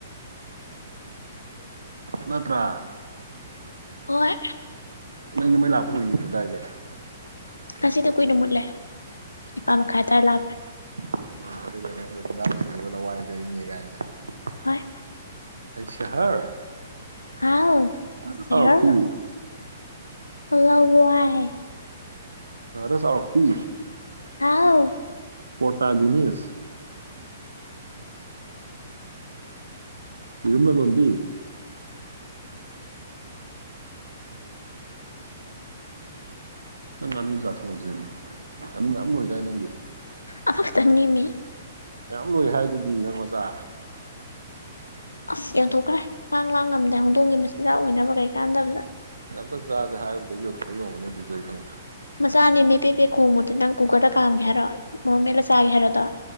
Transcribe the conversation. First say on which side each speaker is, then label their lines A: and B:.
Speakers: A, on the right (about 75°); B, on the left (about 80°).
A: ꯅꯠꯇ꯭ꯔꯥ
B: ꯍꯣꯢ
A: ꯅꯪꯗꯤ ꯃꯩ ꯂꯥꯛꯄ ꯀꯨꯏꯒꯤꯗ꯭ꯔꯤ ꯗꯥꯏꯅꯦ
B: ꯉꯁꯤꯗꯤ ꯀꯨꯏꯅ ꯃꯨꯠꯂꯦ ꯅꯤꯄꯥꯜ ꯃꯈꯥꯏ ꯑꯗꯥꯏ ꯂꯥꯛꯄꯅꯦ
A: <unintelligible>
B: ꯍꯏ
A: ꯍꯩ ꯁꯥꯍꯔ
B: ꯍꯥꯎ
A: ꯁꯥꯍꯔ
B: ꯁꯦꯔ
A: ꯆꯥꯎꯔꯛꯄꯤ
B: ꯂꯋꯥꯏ
A: ꯁꯥꯍꯔꯗ ꯆꯥꯎꯔꯛꯄꯤ
B: ꯍꯥꯎ
A: ꯄꯣꯇꯥꯔꯒꯤꯅꯤꯁ ꯌꯦꯔꯨꯝ ꯂꯂꯣꯟꯕꯤ ꯅꯪ ꯉꯥꯅꯨ ꯆꯥꯊꯣꯛꯑꯖꯦꯃꯦ ꯉꯥꯅꯨ ꯃꯌꯥꯝ ꯂꯣꯏꯗꯥꯏ ꯅꯪꯒꯤ
B: ꯑꯃꯈꯛꯇꯅꯦꯃꯤ
A: ꯃꯌꯥꯝ ꯂꯣꯏ ꯍꯥꯏꯗꯨꯗꯤ ꯅꯪ ꯃꯆꯥ
B: ꯑꯁ ꯌꯣꯟꯊꯣꯛꯈ꯭ꯔꯦ ꯈꯥꯡ ꯂꯥꯛ ꯉꯝꯗꯦ ꯍꯧꯗꯣꯡꯉꯤ ꯃꯆꯤꯟꯖꯥꯛ ꯑꯣꯏꯅꯕ ꯀꯩ ꯀꯥꯟꯗꯕꯗ
A: ꯑꯩꯅ ꯑꯝꯇꯪ ꯆꯥꯥꯁꯦ ꯍꯥꯏꯔꯨꯕꯗꯒꯤ ꯌꯣꯟꯊꯣꯛꯏ ꯑꯣꯏꯔꯝꯒꯅꯤ ꯑꯗꯨꯁꯨ ꯑꯩ ꯈꯪꯉꯦ
B: ꯃꯆꯥꯅꯦ ꯃꯦ ꯄꯦꯄꯦ ꯈꯣꯡꯕꯗꯨ ꯅꯪ ꯀꯨꯀꯔꯗ ꯀꯥꯝꯒꯦ ꯍꯥꯏꯔꯣ ꯃꯣꯔꯣꯛ ꯃꯦꯠꯂꯒ ꯆꯥꯒꯦ ꯍꯥꯏꯔꯗꯣ